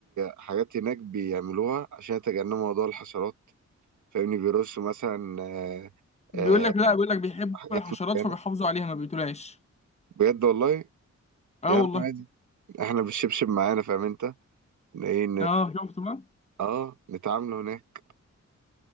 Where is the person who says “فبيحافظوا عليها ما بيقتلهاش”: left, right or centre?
Left